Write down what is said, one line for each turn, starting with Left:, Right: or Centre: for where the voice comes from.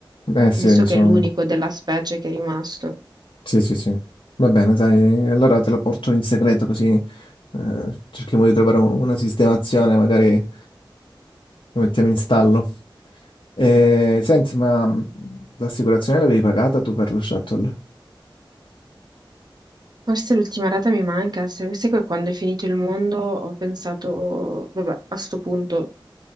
Left: Eh sì,
Right: visto
Left: lo so.
Right: che è l'unico della specie che è rimasto.
Left: Sì, sì, sì. Va bene, dai, allora te lo porto in segreto così eh, cerchiamo di trovare un- una sistemazione, magari lo mettiamo in stallo. Eh, senti, ma mh, l'assicurazione l'avevi pagata tu per lo shuttle?
Right: Forse l'ultima rata mi manca, se sai che quando è finito il mondo ho pensato, vabbè, a sto punto